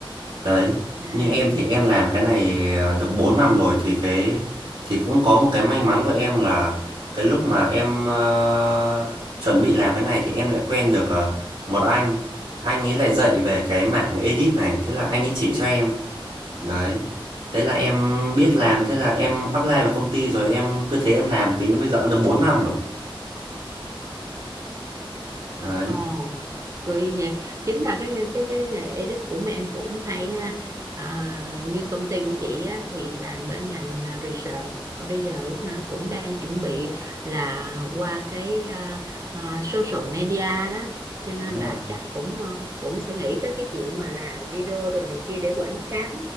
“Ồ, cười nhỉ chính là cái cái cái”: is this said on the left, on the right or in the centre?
Right